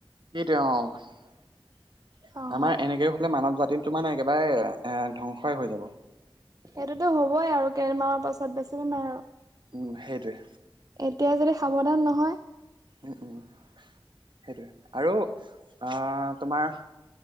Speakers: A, on the right (about 60°); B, on the right (about 45°).
A: সেইটোৱে অ'
B: অ'
A: তাৰমানে
B: হয়
A: এনেকে মানৱ জাতিৰটো মানে একেবাৰে এ, ধ্বংসই হৈ যাব।
B: এইটোতো হ'বই আৰু কেইদি মানৰ পাছত বেছি দিন নাই আৰু।
A: উম, সেইটোৱে।
B: এতিয়া যদি সাৱধান নহয়
A: উম, উম, সেইটোৱে আৰু আ, তোমাৰ